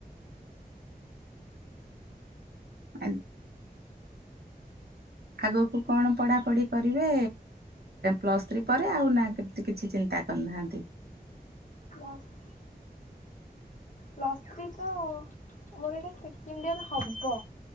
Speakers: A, on the right; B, on the left.
A: <inaudible> ଆଗକୁ କଣ ପଢ଼ାପଢ଼ି କରିବେ ପ୍ଲସ୍ ଥ୍ରୀ ପରେ ଆଉ ନା ସେମିତି କିଛି ଚିନ୍ତା କରିନାହାନ୍ତି।
B: <inaudible> ପ୍ଲସ୍ ଥ୍ରୀ ତ ମୋର ଏଇଟା ସେକେଣ୍ଡ ୟର୍ ହବ।